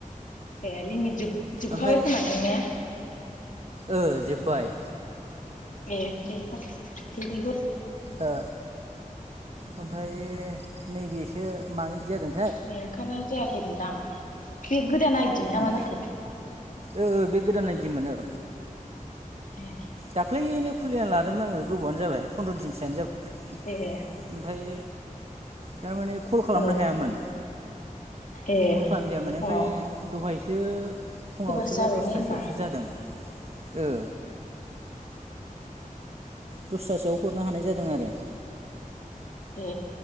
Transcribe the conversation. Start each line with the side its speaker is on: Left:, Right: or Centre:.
Left: ए लिमिट जोब जोबखाबाय
Right: ओमफ्राय
Left: खोमादां ने?
Right: ओ जोब्बाय
Left: ए दे हद दे हद
Right: ओ ओमफ्राय नैबेसो मानो इदिजादों
Left: बे ओंखायनो जायाखै नोंदां बे गोदान आइदि ना
Right: उम
Left: मा जाखो?
Right: ओ बे गोदान आइदिमोन ओ
Left: ए
Right: दाख्लैनो खुलिना लादोंमोन आङो गोबावानो जाबाय फन्द्र' दिनसोआनो जाबाय
Left: ए
Right: ओफ्राय थारमाने कल खालामनो
Left: औ
Right: हायामोन
Left: ए
Right: कल खालाम जायामाने
Left: अ
Right: ओमफ्राय दहाय सो फुङावसो
Left: एबारसो जाबाय
Right: दसथासोआवसो
Left: ने होमबा
Right: जादों ओ दसथासोआव हरनो हानाय जादों आरो।
Left: ए